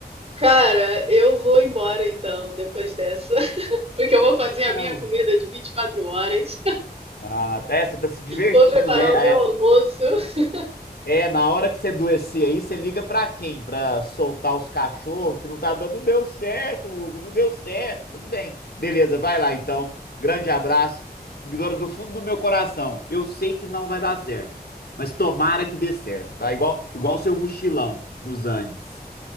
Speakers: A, on the right; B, on the left.
A: Cara, eu vou embora então, depois dessa, <laughs> porque eu vou fazer a
B: Não.
A: minha comida de 24 horas.
B: Ah, até você tá se divertindo,
A: Vou preparar
B: né?
A: o meu almoço. <laughs>
B: É, é, na hora que você adoecer aí, você liga pra quem? Pra soltar os cachorros, que não tá dando. Não deu certo, Hugo, não deu certo. Tudo bem. Beleza, vai lá então. Grande abraço. Ignora do fundo do meu coração. Eu sei que não vai dar certo, mas tomara que dê certo, tá? Igual, igual o seu mochilão nos Andes.